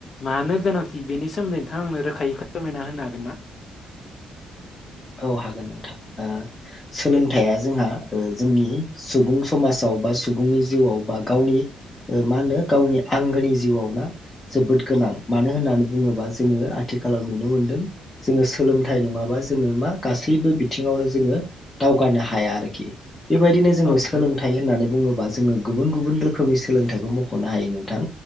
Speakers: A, on the left (about 50°); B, on the left (about 25°).
A: मानो गोनांथि बेनि सोमोन्दै नोंथां आंनो रोखायै फोरमायना होनो हागोन ना? <inaudible>
B: औ हागोन नोंथां सोलोंथाइया
A: दे
B: जोंहा। जोंनि सुबुं समाजाव बा सुबुंनि जिउआव बा गावनि मा होनो गावनि आंगोनि जिउआव न जोबोद गोनां मानो होननानै बुंङोबा जोंङो आथिखालाव नुनो मोनदों। जोंङो सोलोंथाइ नंङाबा। जोंङो मा गासैबो बिथिङावनो जोंङो दावगानो हाया आरोखि। बेबायदिनो जोंङो
A: औ नोंथां
B: सोलोंथाइ होननानै बुंङोबा जोंङो गुबुन गुबुन। रोखोमनि सोलोंथायखौ मख'नो हायो नोंथां